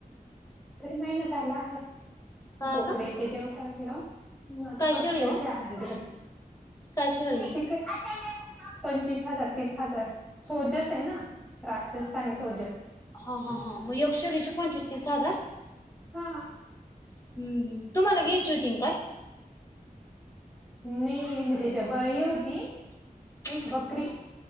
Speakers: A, in the centre; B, on the left (about 25°).
A: त महिन झालाल
B: हा
A: बोकडे
B: का
A: ते देऊन टाकलं मग आता
B: कायशाळी
A: परत जायचंय
B: हो
A: आमला
B: कायशाळी
A: तिकडं ू म पंचवीस हजार तीस हजार सोजस आहे नास पनी सोजेस
B: हा हा हां मग यक्षरीचे पंचवीस तीस हजार
A: हा
B: हम् तुम्हाला घे शूटिंग काय
A: नाही म्हणजेथ बा ह होती
B: ह
A: बकरी